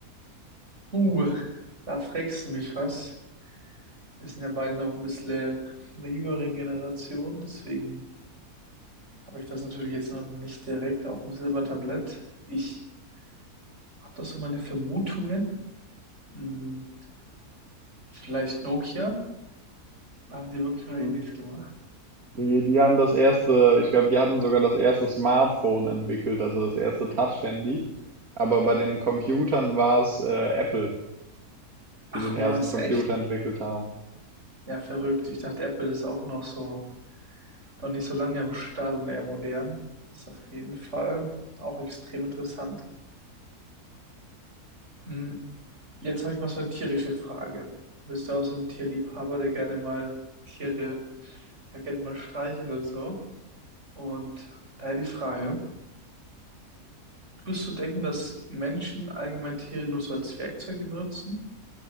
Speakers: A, on the right; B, on the right.
A: Uh, da fragst du mich was. Wir sind ja beide noch ein bisschen von der jüngeren Generation, deswegen habe ich das natürlich jetzt noch nicht direkt auf dem Silbertablett. Ich habe da so meine Vermutungen. Hm, vielleicht Nokia. Da haben die wirklich nur
B: Mhm.
A: Handys gemacht.
B: Die, die haben das erste, ich glaube, die hatten sogar das erste Smartphone entwickelt, also das erste Touch-Handy. Aber bei den Computern war es äh, Apple,
A: Ach,
B: die den ersten
A: war es
B: Computer
A: echt?
B: entwickelt haben.
A: Ja, verrückt. Ich dachte, Apple ist auch noch so, noch nicht so lange am Start und eher modern. Das ist auf jeden Fall auch extrem interessant. Hm, Jetzt habe ich mal so eine tierische Frage. Du bist ja auch so ein Tierliebhaber, der gerne mal Tiere, ja gerne mal streichelt oder so. Und daher die Frage, tust du denken, dass Menschen allgemein Tiere nur so als Werkzeuge benutzen?